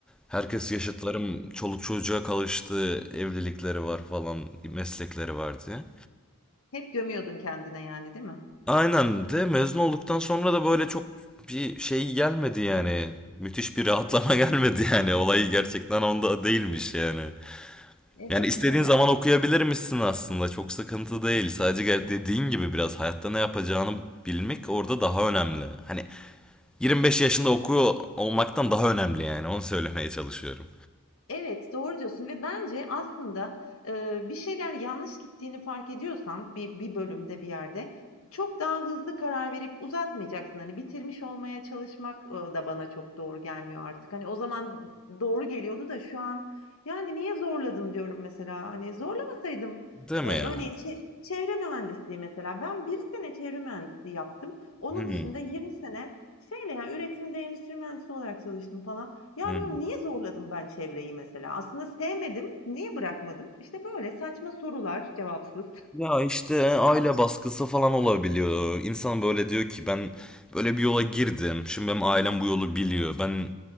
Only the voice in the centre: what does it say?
Herkes yaşıtlarım çoluk çocuğa kalıştı. Evlilikleri var falan. Meslekleri var diye.
Aynen de mezun olduktan sonra da böyle çok bir şey gelmedi yani. Müthiş bir rahatlama <laughs> gelmedi yani. Olay gerçekten onda değilmiş yani.
Yani istediğin
zaman okuyabilirmişsin aslında. Çok sıkıntı değil. Sadece dediğin gibi biraz hayatta ne yapacağını bilmek orada daha önemli. Hani 25 yaşında okuyor olmaktan daha önemli yani. Onu söylemeye çalışıyorum.
Değil mi
ya?
Hmm,
hmm.
Ya işte aile baskısı falan olabiliyor. İnsan böyle diyor ki ben böyle bir yola girdim. Şimdi benim ailem bu yolu biliyor. Ben